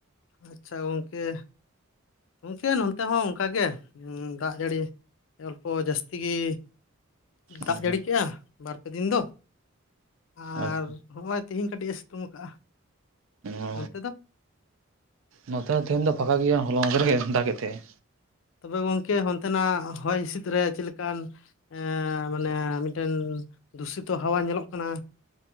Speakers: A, on the left (about 65°); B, on the right (about 70°).
A: ᱟᱪᱪᱷᱟ ᱜᱚᱝᱠᱮ ᱜᱚᱝᱠᱮ ᱱᱚᱱᱛᱮ ᱦᱚᱸ ᱚᱝᱠᱟ ᱜᱮ ᱫᱟᱜ ᱡᱟᱹᱲᱤ ᱚᱞᱯᱚ ᱡᱟᱹᱥᱛᱤ ᱜᱤ ᱫᱟᱜ
B: ᱦᱮᱸ
A: ᱡᱟᱹᱲᱤ ᱠᱮᱜᱼᱟ ᱵᱟᱨᱯᱮ ᱫᱤᱱ ᱫᱚ ᱟᱨ
B: ᱟᱪᱪᱷᱟ
A: ᱦᱚᱹᱜᱼᱚᱭ ᱛᱤᱦᱤᱧ ᱠᱟᱹᱴᱤᱡ ᱮ ᱥᱤᱛᱩᱝ ᱟᱠᱟᱜᱼᱟ᱾
B: ᱚ
A: ᱚᱱᱛᱮ ᱫᱚ
B: ᱱᱚᱛᱮ ᱦᱚᱸ ᱛᱮᱦᱮᱧ ᱫᱚ ᱯᱷᱟᱠᱟ ᱜᱮᱭᱟ ᱦᱚᱞᱟ ᱢᱟᱫᱦᱮᱨ ᱜᱮ ᱫᱟᱜ ᱜᱮᱜ ᱛᱮᱦᱮᱸ᱾
A: ᱛᱚᱵᱮ ᱜᱚᱝᱠᱮ ᱚᱱᱛᱮᱱᱟᱜ ᱦᱚᱭ ᱦᱤᱸᱥᱤᱫ ᱨᱮ ᱪᱮᱜ ᱞᱮᱠᱟᱱ ᱮ ᱢᱟᱱᱮ ᱢᱤᱫᱴᱮᱱ ᱫᱩᱥᱤᱛᱚ ᱦᱟᱣᱟ ᱧᱮᱞᱚᱜ ᱠᱟᱱᱟ᱾